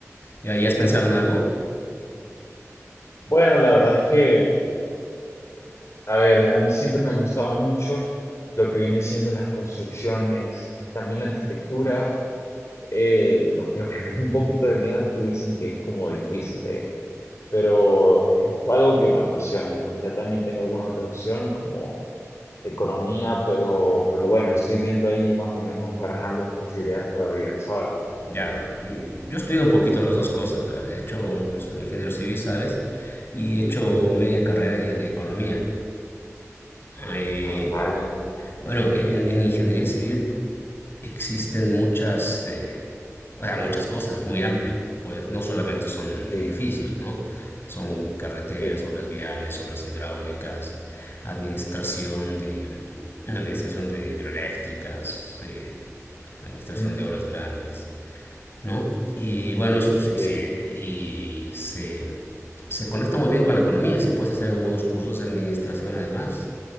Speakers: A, on the left (about 45°); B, on the left (about 60°).
A: ¿ya, ya has pensado en algo?
B: Bueno, la verdad es que, a ver, a mí siempre me han gustado mucho lo que viene siendo las construcciones, también la arquitectura. Eh, lo, lo que <laughs> me da un poquito de miedo es que dicen que es como difícil, ¿eh? Pero es algo que me apasiona y pues ya también tengo alguna otra opción como economía, pero, pero bueno, estoy viendo ahí más o menos barajando las posibilidades todavía, ¿sabes?
A: Ya, yo, yo he estudiado un poquito las dos cosas. ¿sabes? He hecho, soy ingeniero civil, ¿sabes? Y he hecho media
B: Sí,
A: carrera de, de economía. Eh,
B: ah, vale,
A: bueno, en, en ingeniería civil existen muchas, eh, o sea, muchas cosas, es muy amplio. Pues no solamente son
B: sí,
A: edificios, ¿no? Son carreteras,
B: sí,
A: obras viales, obras hidráulicas, administración de, administración de hidroeléctricas, eh, administración
B: mm,
A: de obras grandes, ¿no? Y bueno, eso sí,
B: sí,
A: sí, y se, se conecta muy bien con la economía. Si puedes hacer algunos cursos de administración además,